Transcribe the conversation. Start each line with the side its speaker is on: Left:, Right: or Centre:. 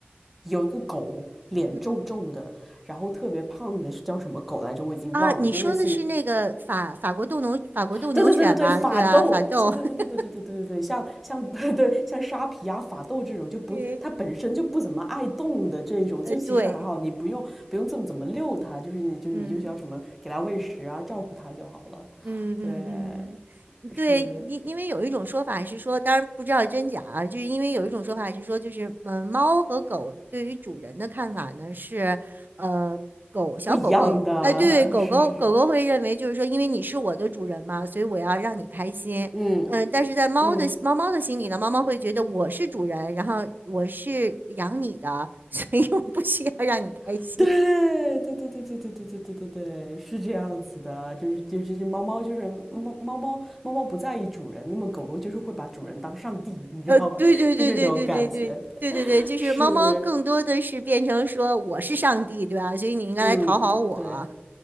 Centre: 有一个狗脸皱皱的，
Right: 嗯嗯
Centre: 然后特别胖的是叫什么狗来着？我已经忘了，
Right: 啊，你说的是那个法法国斗牛法国斗牛犬吧？
Centre: 就类似于对对对对对，法斗，
Right: 对啊，法斗，
Centre: 是，
Right: <laughs>
Centre: 对对对对对对对对对，像像对像沙皮啊、法斗这种就不，
Right: 对，
Centre: 它本身就不怎么爱动的这一种，
Right: 呃，
Centre: 就其实还好，
Right: 对，
Centre: 你不用不用这么怎么遛它，就是你就你就需要什么给它喂食啊、
Right: 嗯。
Centre: 照顾它就好了。
Right: 嗯嗯嗯，
Centre: 对，
Right: 嗯对，
Centre: 是
Right: 因因为有一种说法是说，当然不知道真假啊，就是因为有一种说法是说，就是嗯，呃猫和狗对于主人的看法呢是，呃，狗小狗狗，
Centre: 不一样的，
Right: 哎，对，狗狗狗狗会认为就是说，
Centre: 是是是，
Right: 因为你是我的主人嘛，所以我要让你开心，
Centre: 嗯
Right: 嗯，但是在猫的猫猫的心里呢，
Centre: 嗯，
Right: 猫猫会觉得我是主人，然后我是养你的，所以我不需要让你开心。
Centre: <laughs> 对对对对对对对对对对对，是这样子的，就是就是就猫猫就是猫猫猫猫猫不在意主人，那么狗狗就是会把主人当上帝，你知道吗？
Right: 呃，对对对对对对对对对对，
Centre: <laughs> 就这种感觉
Right: 就是猫猫更多的是变成说我是上帝，
Centre: 是，
Right: 对吧？所以你应该来讨好我。
Centre: 嗯，对，